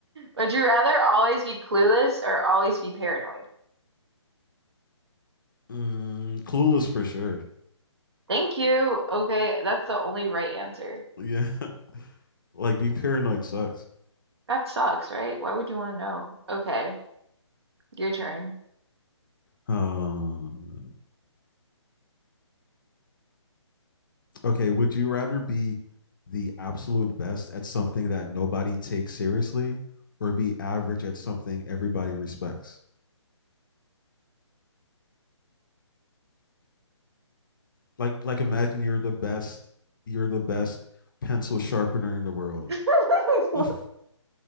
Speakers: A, on the right; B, on the left.
A: Would you rather always be clueless or always be paranoid?
B: mm, clueless for sure.
A: Thank you. Okay, that's the only right answer.
B: Yeah. <laughs> like being paranoid sucks.
A: That sucks, right? Why would you want to know? Okay, your turn.
B: Um, okay, would you rather be the absolute best at something that nobody takes seriously, or be average at something everybody respects? Like, like imagine you're the best, you're the best pencil sharpener in the world.
A: <laughs>
B: <laughs>